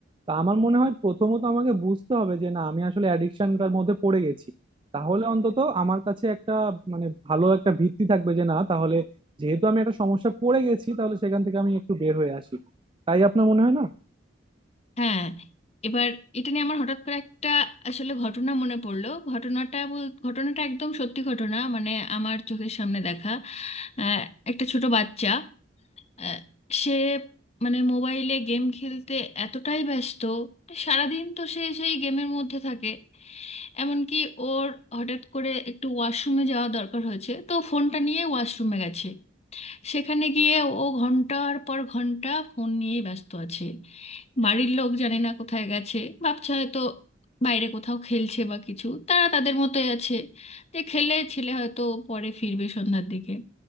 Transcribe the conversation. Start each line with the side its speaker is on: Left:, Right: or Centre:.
Right: তা আমার মনে হয় প্রথমত আমাকে বুঝতে হবে যে না আমি আসলে অ্যাডিকশনটার মধ্যে পড়ে গেছি তাহলে অন্তত আমার কাছে একটা মানে ভালো একটা ভিত্তি থাকবে যে না তাহলে যেহেতু আমি একটা সমস্যা পড়ে গেছি তাহলে সেখান থেকে আমি একটু বের হয়ে আসি তাই আপনার মনে হয় না
Left: হ্যাঁ এবার এটা নিয়ে আমার হঠাৎ করে একটা আসলে ঘটনা মনে পড়লো ঘটনাটা বল- ঘটনাটা একদম সত্যি ঘটনা মানে আমার চোখের সামনে দেখা আহ, একটা ছোট বাচ্চা আহ, সে মানে মোবাইলে গেম খেলতে এতটাই ব্যস্ত সারাদিন তো সে সেই গেমের মধ্যে থাকে এমনকি ওর হঠাৎ করে একটু ওয়াশরুমে যাওয়া দরকার হয়েছে তো ফোনটা নিয়ে ওয়াশরুমে গেছে সেখানে গিয়ে ও ঘন্টার পর ঘন্টা ফোন নিয়েই ব্যস্ত আছে বাড়ির লোক জানে না কোথায় গেছে ভাবছে হয়তো বাইরে কোথাও খেলছে বা কিছু তারা তাদের মতোই আছে যে খেলে ছেলে হয়তো পরে ফিরবে সন্ধ্যার দিকে